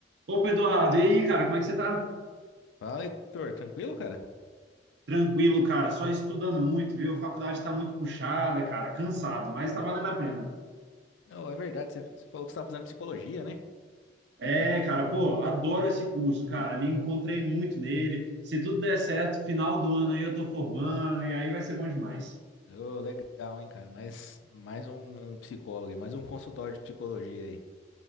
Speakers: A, on the right; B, on the left.
A: Opa, Eduardo, e aí, cara, como é que você tá?
B: Fala, Heitor. Tranquilo, cara?
A: Tranquilo, cara, só estudando muito, viu? A faculdade tá muito puxada, cara, cansado, mas tá valendo a pena.
B: Não, é verdade, você você falou que você estava fazendo psicologia, né?
A: É, cara, pô, adoro esse curso, cara, me encontrei muito nele. Se tudo der certo, final do ano aí eu tô formando, e aí vai ser bom demais.
B: Ô, legal, hein, cara? Mais, mais um psicólogo, aí, mais um consultório de psicologia aí.